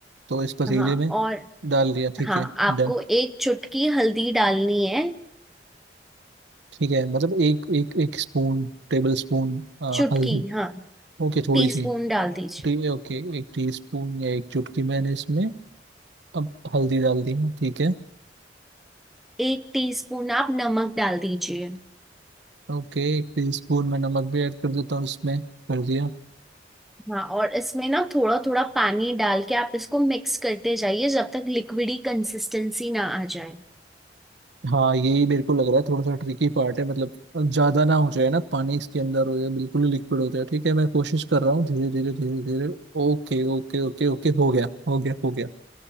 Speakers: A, on the right; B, in the centre.
A: तो इस पतीले
B: हाँ
A: में
B: और
A: डाल दिया ठीक
B: हाँ
A: है
B: आपको
A: डन
B: एक चुटकी हल्दी डालनी है
A: ठीक है मतलब एक एक एक स्पून टेबल स्पून आ,
B: चुटकी
A: हल्दी
B: हाँ
A: ओके थोड़ी
B: टीस्पून
A: सी
B: डाल दीजिए
A: टी, ओके एक टीस्पून या एक चुटकी मैंने इसमें अब हल्दी डाल दी है ठीक है
B: एक टीस्पून आप नमक डाल दीजिए
A: ओके एक टीस्पून में नमक भी ऐड कर देता हूँ इसमें कर दिया
B: हाँ और इसमें ना थोड़ा थोड़ा पानी डाल के आप इसको मिक्स करते जाइए जब तक लिक्विडी कंसिस्टेंसी ना आ जाए
A: हाँ यही मेरे को लग रहा है थोड़ा सा ट्रिकी पार्ट है मतलब ज्यादा ना हो जाए ना पानी इसके अंदर हो या बिल्कुल ही लिक्विड हो जाए ठीक है मैं कोशिश कर रहा हूँ धीरे धीरे धीरे धीरे ओके ओके ओके ओके हो गया हो गया हो गया